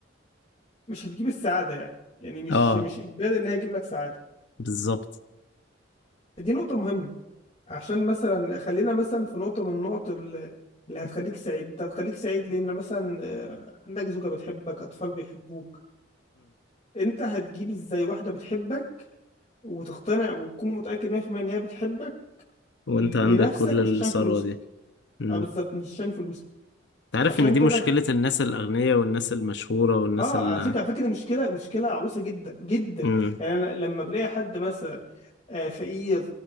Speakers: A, on the left (about 35°); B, on the left (about 65°).
A: مش هتجيب السعاده يعني يعني مش
B: اه
A: مش اجباري ان هي تجيب لك سعاده
B: بالظبط
A: دي نقطه مهمه عشان مثلا خلينا مثلا في نقطه من النقط ال- اللي هتخليك سعيد انت هتخليك سعيد لان مثلا آه، عندك زوجه بتحبك اطفال بيحبوك انت هتجيب ازاي واحده بتحبك وتقتنع وتكون متاكد 100% ان هي بتحبك
B: وانت
A: لنفسك
B: عندك كل
A: مش عشان
B: الثروة
A: فلوسك
B: دي امم
A: اه بالظبط مش عشان فلوسك
B: انت عارف
A: عشان
B: ان دي
A: كده
B: مشكلة الناس الاغنياء والناس المشهورة والناس
A: اه
B: ال
A: على فكره على فكره دي مشكله مشكله عويصه جدا جدا
B: امم
A: يعني انا لما بلاقي حد مثلا آه، فقير